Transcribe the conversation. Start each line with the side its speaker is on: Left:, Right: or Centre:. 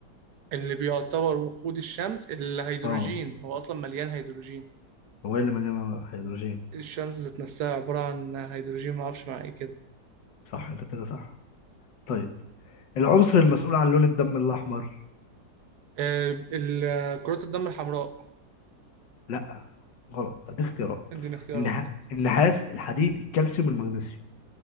Right: اللي بيعتبر وقود الشمس الهيدروجين
Left: اه
Right: هو اصلا مليان هيدروجين
Left: هو إيه اللي مليان هيدروجين
Right: الشمس ذات نفسها عباره عن هيدروجين ما اعرفش مع ايه كده
Left: صح انت كده صح طيب العنصر المسؤول عن لون الدم الأحمر
Right: آه ال- كرات الدم الحمراء
Left: لا غلط ادي اختيارات
Right: اديني اختيارات
Left: النح... النحاس الحديد الكالسيوم المغنيسيوم